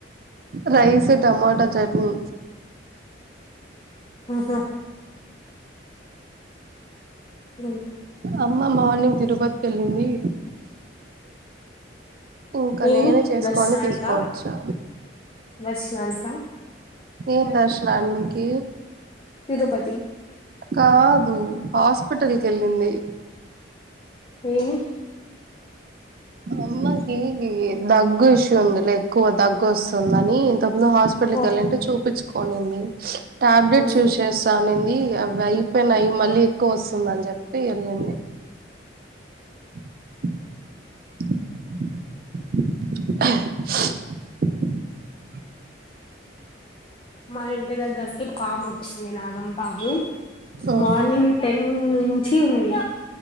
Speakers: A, on the right; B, on the left.
A: రైస్ టమాటో చట్నీ
B: ఆహా ఉ
A: అమ్మ మార్నింగ్ తిరుపతికి వెళ్ళింది ఇంకా
B: ఏమి
A: నేనే చేసుకొని
B: దర్శనానిక
A: తీసుకోవచ్చా
B: దర్శనానిక
A: ఏన్ దర్శనానింకి
B: తిరుపతి
A: కా అ హాస్పిటల్ కి వెళ్ళింది
B: ఏమీ
A: అమ్మకి దగ్గు ఇష్యూ లే ఎక్కువ దగ్గు వస్తుందని తప్పుందు హాస్పిటల్ క
B: ఓహో
A: వెళ్ళంటే చూపించుకోనింది టాబ్లెట్స్
B: ఆ
A: యూజ్ చేస్తా అనేంది అవి అయిపోయినాయి మళ్ళీ ఎక్కువ వస్తుంద అని చెప్పి వెళ్ళండి ఉ హు దగ్గు సౌండ్
B: మా ఇంటి దగ్గరకి పాము వచ్చింది నాగం పాము
A: ఉమ్
B: మార్నింగ్ టెన్ నుంచి ఉంది